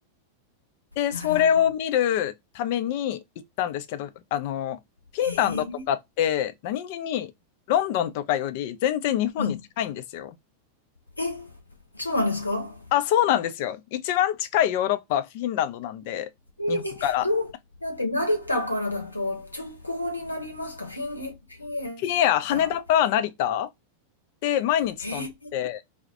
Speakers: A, on the left; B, on the left.
A: で、それを見るために行ったんですけど、
B: あ、なるほど。
A: あの、フィンランドとかって、
B: へえ。
A: 何気にロンドンとかより全然日本に近いんですよ。
B: はい。え、そうなんですか？
A: あ、そうなんですよ。一番近いヨーロッパはフィンランドなんで、
B: え、
A: 日本から。
B: えどうやって成田からだと直行になりますかフィンエ、フィンエ
A: フィンエア、羽田か成田
B: ア。
A: で毎日飛んでて、
B: え